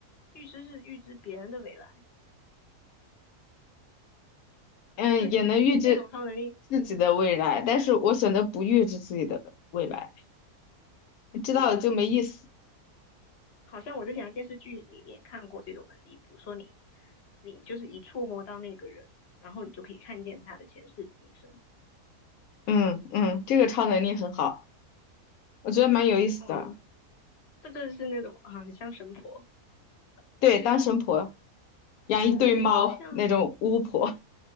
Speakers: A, on the left (about 50°); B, on the left (about 75°).
A: 预知是预知别人的未来，
B: 嗯，
A: 就是那种超能力，
B: 也能预知自己的未来，
A: 嗯
B: 但是我选择不预知自己的未来，知道了就没意思。
A: 嗯，好像我之前的电视剧里面看过这种能力，比如说你，你就是一触摸到那个人，然后你就可以看见他的前世今生，
B: 嗯嗯，这个超能力很好，我觉得蛮有意思的。
A: 嗯，这个是那种啊，很像神婆，
B: 对，当神婆，养一堆猫那种巫婆，
A: 好像